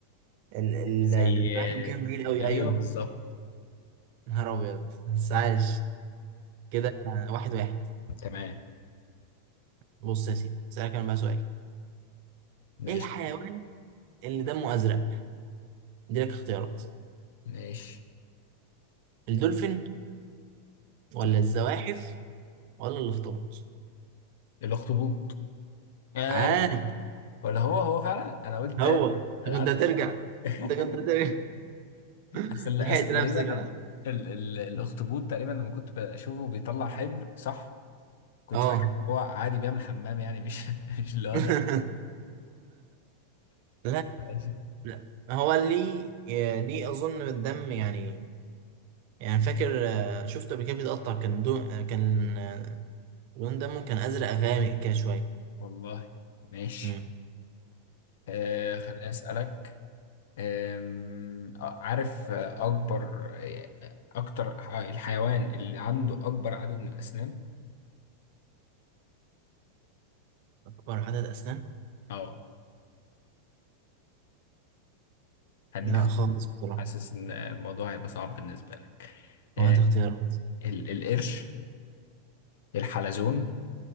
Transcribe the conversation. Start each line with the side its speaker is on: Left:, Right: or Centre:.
Right: ال ال-
Left: زي
Right: الدبان كان كبير قوي
Left: أيوه
Right: ايوه
Left: بالظبط
Right: نهار ابيض بس عايش كده واحد واحد
Left: <clears throat> تمام
Right: بص يا سيدي اسالك انا بقى سؤال
Left: ماشي
Right: ايه الحيوان اللي دمه ازرق دي لك اختيارات
Left: ماشي
Right: الدولفين ولا
Left: لا
Right: الزواحف ولا الاخطبوط
Left: الأخطبوط آه
Right: عارف
Left: لا ولا هو هو فعلا أنا قلت
Right: هو
Left: أنا
Right: انت كنت
Left: قعدت
Right: هترجع
Left: فكرت <laughs>
Right: انت كنت هترجع <laughs>
Left: أصل أصل
Right: لحقت نفسك
Left: تقريبا
Right: على
Left: ال... ال... ال... الأخطبوط تقريبا لما كنت بشوفه بيطلع حبر صح كنت
Right: اه
Left: فاكر ان هو عادي بيعمل حمام يعني مش <laughs> مش اللي هو
Right: <laughs>
Left: ده
Right: لا
Left: ماشي
Right: لا هو ليه ليه اظن الدم يعني يعني فاكر آه، شفته قبل كده بيتقطع كان دون آه، كان آه، لون دمه كان ازرق غامق كده شويه
Left: والله ماشي
Right: امم
Left: آه خليني اسالك آم، آه، عارف آه، اكبر آه، اكتر ح- الحيوان اللي عنده اكبر عدد من الاسنان
Right: اكبر عدد اسنان
Left: اه هديك
Right: لا
Left: اخت-
Right: خالص بصراحه
Left: حاسس ان الموضوع هيبقى صعب بالنسبه لك آه
Right: هات اختيارات
Left: ال القرش الحلزون